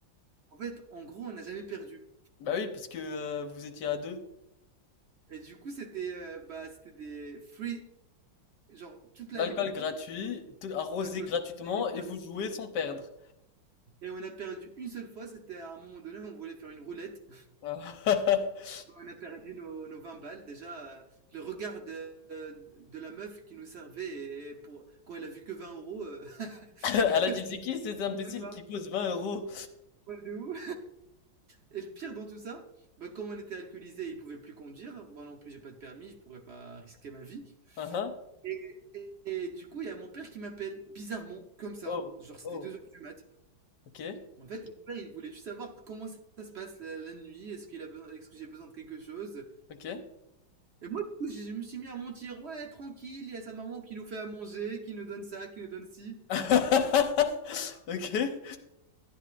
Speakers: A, on the right; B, on the left.
A: En fait, en gros, on n'a jamais perdu.
B: Bah oui, parce que euh, vous étiez à deux.
A: Et du coup, c'était euh, bah, c'était des free, genre toute la
B: L'alcool
A: nuit,
B: gratuit, tout- arrosé
A: d'alcool
B: gratuitement
A: gratuit.
B: et vous jouez sans perdre.
A: Et on a perdu une seule fois, c'était à un moment donné, on voulait faire une roulette.
B: Ah. <laughs>
A: On a perdu nos, nos 20 balles. Déjà, euh, le regard de, de la meuf qui nous servait et pour, quand elle a vu que 20 euros, euh, <laughs>
B: À la
A: je
B: team,
A: dis,
B: c'est qui cet imbécile
A: même pas.
B: qui pose 20 euros?
A: ouais, de où Et le pire dans tout ça, bah, comme on était alcoolisé, il pouvait plus conduire. Moi non plus, j'ai pas de permis, je pourrais pas risquer ma vie.
B: Aha.
A: Et, et- et du coup, il y a mon père qui m'appelle, bizarrement, comme ça.
B: Oh,
A: Genre, c'était
B: oh.
A: 2 heures du mat.
B: Ok,
A: En fait, mon père, il voulait juste savoir comment ça se passe la, la nuit. Est-ce qu'il a besoin, est-ce que j'ai besoin de quelque chose?
B: ok.
A: Et moi, du coup, je je me suis mis à mentir. Ouais, tranquille, il y a sa maman qui nous fait à manger, qui nous donne ça, qui nous donne ci.
B: <laughs> Ok.